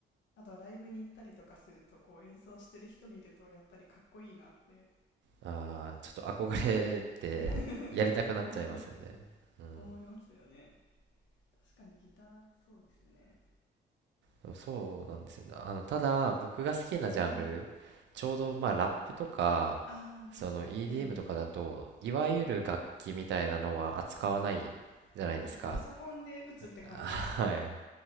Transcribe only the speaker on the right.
ああ、ちょっと憧れて、
やりたくなっちゃいますよね。
うん。
でもそうなんですよね。あの、ただ、僕が好きなジャンル、
ちょうど、まあ、ラップとか、
その
EDM
とかだと、いわゆる楽器みたいなのは扱わないじゃないですか。
<laughs> はい。